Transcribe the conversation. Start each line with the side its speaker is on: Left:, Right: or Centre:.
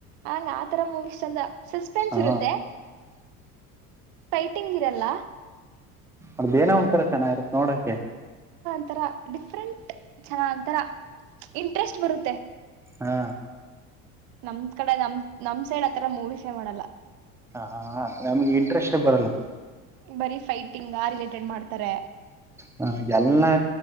Right: ಆಲ್ಲ ಆತರ ಮೂವಿಸ್ ಚೆಂದ. ಸಸ್ಪೆನ್ಸ್
Centre: ಹಾ
Right: ಇರುತ್ತೆ. ಪೈಟಿಂಗ್ ಇರಲ್ಲ.
Centre: ಅದ್ದೇನೋ ಒಂಥರ ಚೆನ್ನಾಗಿರುತ್ತ ನೋಡಕೆ.
Right: ಆತರ ಡಿಫ್ರೆಂಟ್ ಚನ್ನಾಗ್ ಆತರ ಇಂಟ್ರೆಸ್ಟ್ ಬರುತ್ತೆ.
Centre: ಹಾ
Right: ನಮ್ ಕಡೆ ನಮ <unintelligible> ಏನ್ ಆತರ ಮೂವಿಸೆ ನೋಡಲ್ಲ.
Centre: ಹಾ ಆ ನಮಗೆ ಇಂಟ್ರೆಸ್ಟ್ ಬರಲ್ಲ.
Right: ಬರೀ ಫೈಟಿಂಗ್ ಅರ್ಗೆಟೆಡ್ ಮಾಡ್ತಾರೆ.
Centre: ಹ ಎಲ್ಲಾ